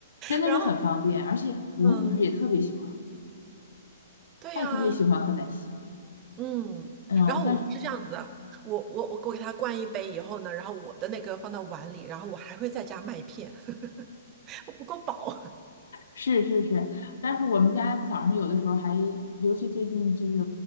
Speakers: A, on the left; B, on the right.
A: 真的是很方便，
B: 然后
A: 而且我女儿也特别喜欢喝，
B: 嗯，对呀、
A: 她也特别喜欢喝奶昔。
B: 嗯。
A: 嗯，
B: 然后我是这样子的，
A: 但是
B: 我我我我给它灌一杯以后呢，然后我的那个放到碗里，然后我还会再加麦片，<laughs> 我不够饱。<laughs>
A: 是是是，但是我们家早上有的时候还，尤其最近就是，